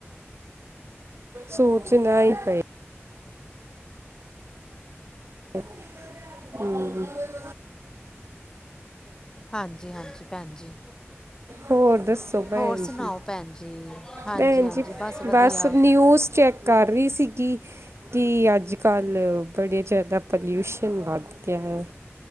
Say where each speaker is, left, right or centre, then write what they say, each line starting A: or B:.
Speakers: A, on the right; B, on the left.
A: ਸੂਚਨਾਈ ਪਈ, <unintelligible>
B: ਹਾਂਜੀ ਹਾਂਜੀ ਭੈਣ ਜੀ
A: ਹੋਰ ਦੱਸੋ? ਭੈਣ
B: ਹੋਰ ਸੁਣਾਓ
A: ਜੀ
B: ਭੈਣ ਜੀ ਹਾਂਜੀ
A: ਭੈਣ
B: ਹਾਂਜੀ
A: ਜੀ
B: ਵਧੀਆ
A: ਬਸ ਨਿਊਜ਼ ਚੈੱਕ, ਕਰ ਰਹੀ ਸੀਗੀ, ਕੀ ਅੱਜ-ਕੱਲ੍ਹ ਬੜੇ ਜਿਆਦਾ ਪੋਲਿਊਸ਼ਨ ਵੱਧ ਗਿਆ ਹੈ।